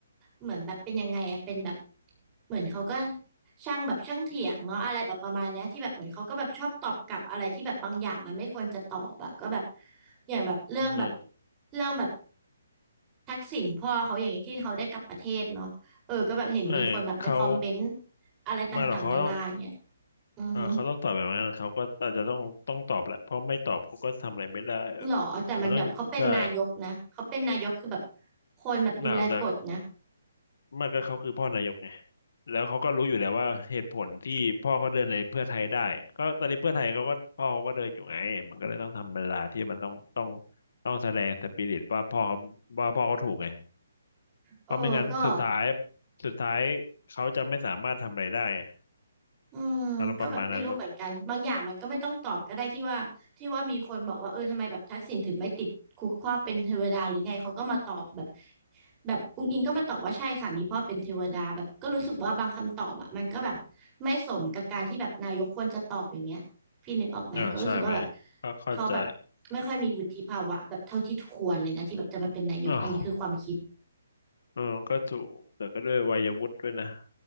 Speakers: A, on the right; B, on the left.
A: เหมือนแบบเป็นยังไงอะเป็นแบบเหมือนเขาก็ช่างแบบช่างเถียงเนาะอะไรแบบประมาณเนี้ยที่แบบเหมือนเขาก็แบบชอบตอบกลับอะไรที่แบบบางอย่างมันไม่ควรจะตอบอะก็แบบอย่างแบบเรื่องแบบ
B: ม
A: เรื่องแบบทักษิณพ่อเขาอย่างเงี้ยที่เขาได้กลับประเทศเนาะเออก็แบบเห็นมีคนแบบไปคอมเมนต์
B: ไม่เขา
A: อะไรต่างๆนานาอย่างเงี้ย
B: ไม่หรอกเขาต้อง
A: อือฮึ
B: เออเขาต้องตอบแบบนั้นเขาก็อาจจะต้องต้องตอบแหละเพราะไม่ตอบเขาก็ทำอะไรไม่ได้
A: หรอแต่มันแบบเขาเป็นนายกนะเขาเป็นนายกคือแบบ
B: มันต้องใช่
A: คนแบบดูแลกฎนะ
B: หนาวแต่ไม่ก็เขาคือพ่อนายกไงแล้วเขาก็รู้อยู่แล้วว่าเหตุผลที่พ่อเขาเดินในเพื่อไทยได้ก็ตอนนี้เพื่อไทยเขาก็พ่อเขาก็เดินอยู่ไงมันก็เลยต้องทำเวลาที่มันต้องต้องต้องแสดงสปิริตว่าพ่อเขาว่าพ่อเขาถูกไง
A: เออก็
B: เพราะไม่งั้นสุดท้ายสุดท้ายเขาจะไม่สามารถทำอะไรได้ไง
A: อืมก็แบบไม่รู้เหมือนกันบางอย่างมันก็ไม่ต้องตอบก็ได้ที่ว่าที่ว่ามีคนบอกว่าเออทำไมแบบทักษิณถึงไม่ติดคุกข้อเป็นเทวดาหรือไงเขาก็มาตอบแบบ
B: อารมณ์ประมาณนั้นลูก
A: แบบอุ๊งอิงก็มาตอบว่าใช่ค่ะมีพ่อเป็นเทวดาแบบก็รู้สึกว่าบางคำตอบอะมันก็แบบไม่สมกับการที่แบบนายกควรจะตอบอย่างเงี้ยพี่นึกออกไหมก็รู้สึกว่าแบบ
B: อ่าใช่ไหมก็เข้าใจ
A: เขาแบบไม่ค่อยมีวุฒิภาวะแบบเท่าที่ควรเลยนะที่แบบจะมาเป็นนายกอันนี้คือความคิด
B: อ้าวเออก็ถูกแต่ก็ด้วยวัยวุฒิด้วยนะ